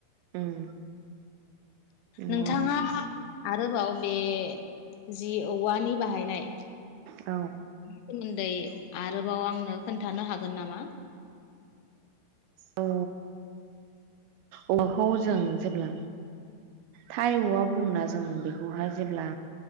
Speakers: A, on the right (about 80°); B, on the left (about 80°).
A: उम नंगौ
B: नोंथाङा
A: नोंथां
B: आरोबाव बे जि औवानि बाहायनाय
A: औ
B: नि सोमोन्दै आरोबाव आंनो खोन्थानो हागोन नामा
A: औ औवाखौ जों जेब्ला थाइ औवा बुङो ना जों बेखौहाय जेब्ला